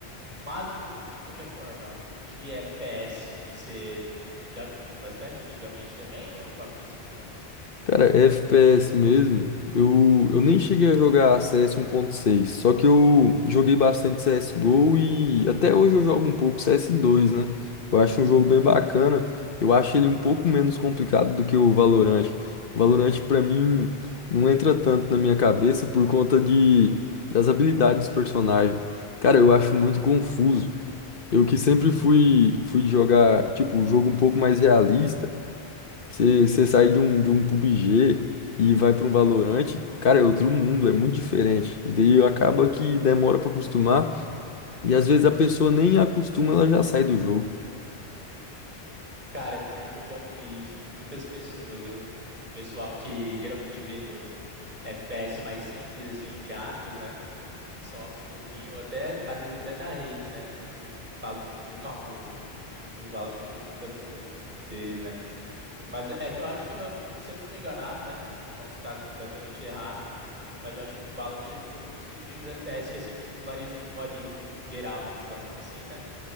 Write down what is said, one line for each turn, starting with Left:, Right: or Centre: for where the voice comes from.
Right: Mas o, de qualquer forma, de FPS, você já jogou bastante antigamente também, ou a princípio não?
Left: Cara, FPS mesmo, eu, eu nem cheguei a jogar CS 1.6, só que eu joguei bastante CSGO e até hoje eu jogo um pouco CS2, né? Eu acho um jogo bem bacana, eu acho ele um pouco menos complicado do que o Valorant. O Valorant pra mim não entra tanto na minha cabeça por conta de, das habilidades dos personagens. Cara, eu acho muito confuso. Eu que sempre fui, fui jogar, tipo, um jogo um pouco mais realista. Você, você sai de um, de um PUBG e vai para um Valorant, cara, é outro mundo, é muito diferente. E daí acaba que demora para acostumar, e às vezes a pessoa nem acostuma, ela já sai do jogo.
Right: Cara, pior que eu já ouvi isso de muitas pessoas, viu? Pessoal que geralmente vem do FPS mais simples, assim, entre aspas, né? Sofre um pouquinho, ou até, às vezes até dá hate, né? Do- fala um pouquinho <laughs> mal do, do Valorant por conta do- dos poderes, né? Mas é é que eu acho que, o, o- se eu não tô enganado, né? Posso estar completamente errado, mas eu acho que o Valorant ele foi um dos primeiros FPS que, assim, popularizou a nível geralzão, assim, né?